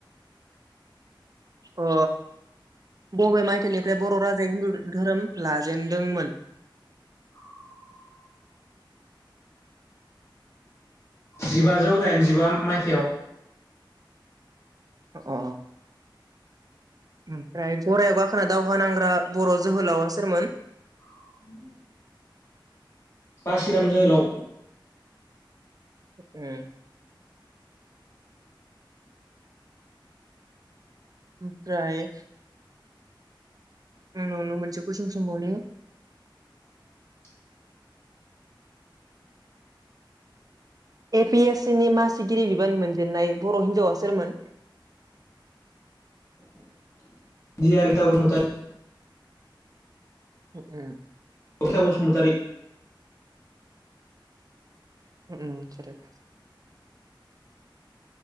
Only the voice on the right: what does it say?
अ बबे मायथाइनिफ्राय बर' राजाया हिन्दु धोरोम लाजेनदोंमोन?
अ ओमफ्राय गरायाव गाखोना दावहा नांग्रा बर' जोहोलावा सोरमोन?
उम ओमफ्राय नोंनाव मोनसे कुइसन सोंबावनि
ए पि एस सि नि मासिगिरि बिबान मोनजेनन्नाय बर' हिनजावा सोरमोन?
<unintelligible>
<unintelligible>